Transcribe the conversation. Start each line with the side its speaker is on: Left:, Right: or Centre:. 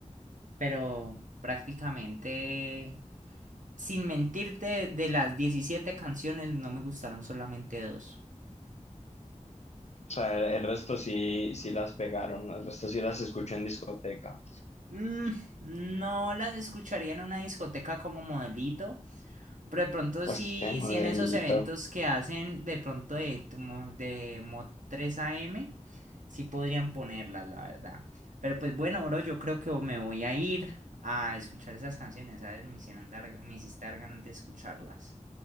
Right: pero prácticamente, sin mentirte, de las 17 canciones no me gustaron solamente dos.
Left: O sea, el, el resto sí, sí las pegaron, el resto sí las escucho en discoteca.
Right: Mm, no las escucharía en una discoteca como modelito, Pero de pronto
Left: Pues
Right: sí,
Left: qué modelito.
Right: sí en esos eventos que hacen de pronto de, mo- de Mod 3 AM, sí podrían ponerlas, la verdad. Pero pues bueno, bro, yo creo que me voy a ir a escuchar esas canciones, ¿sabes? Me hicieron dar, me hiciste dar ganas de escucharlas.